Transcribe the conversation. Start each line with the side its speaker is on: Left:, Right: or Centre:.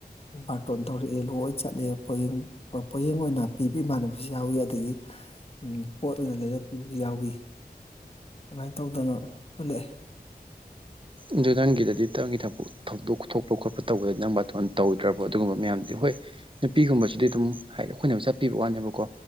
Left: ꯕꯥꯔꯇꯣꯟ ꯇꯧꯔꯛꯑꯦ ꯂꯣꯏ ꯆꯠꯂꯦ ꯄꯣꯌꯦꯡ ꯄꯣ ꯄꯣꯌꯦꯡ ꯑꯣꯏꯅ ꯄꯤꯕ ꯏꯃꯥꯟꯅꯕꯁꯨ ꯌꯥꯎꯋꯤ ꯑꯗꯒꯤ ꯄꯣꯠ ꯑꯣꯏꯅ ꯂꯩꯔꯒ ꯄꯤꯕꯁꯨ ꯌꯥꯎꯏ꯫ ꯑꯃꯥꯏ ꯇꯧꯗꯅ ꯄꯨꯜꯂꯛꯑꯦ꯫
Right: ꯑꯗꯨ ꯅꯪꯒꯤꯗꯗꯤ ꯅꯪꯒꯤ ꯊꯕꯛ ꯊꯧꯗꯣꯛ ꯊꯣꯛꯄ ꯈꯣꯠꯄ ꯇꯧꯕꯗꯗꯤ ꯅꯪ ꯕꯥꯇꯣꯟ ꯇꯧꯗ꯭ꯔꯕ ꯑꯗꯨꯒꯨꯝꯕ ꯃꯌꯥꯝꯗꯤ ꯍꯣꯏ ꯅꯨꯄꯤꯒꯨꯝꯕꯁꯤꯗꯤ ꯑꯗꯨꯝ ꯍꯥꯏꯗꯤ ꯑꯩꯈꯣꯏꯅ ꯆꯠꯄꯤꯕ ꯋꯥꯅꯦꯕꯀꯣ